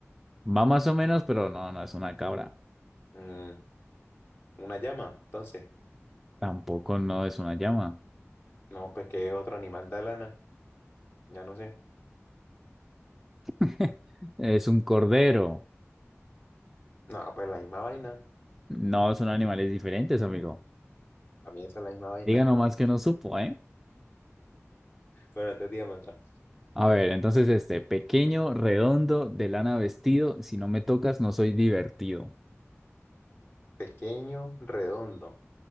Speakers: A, in the centre; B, on the left.
A: Va más o menos, pero no, no es una cabra.
B: Mm, una llama, entonces.
A: Tampoco no es una llama.
B: No, pues que otro animal da lana, ya no sé.
A: <laughs> Es un cordero.
B: No, pues la misma vaina.
A: No son animales diferentes, amigo.
B: A mí esa es la misma vaina.
A: Diga nomás que no supo, ¿eh?
B: Pero entonces dígame otra.
A: A ver, entonces este, pequeño, redondo, de lana vestido, si no me tocas no soy divertido.
B: Pequeño, redondo,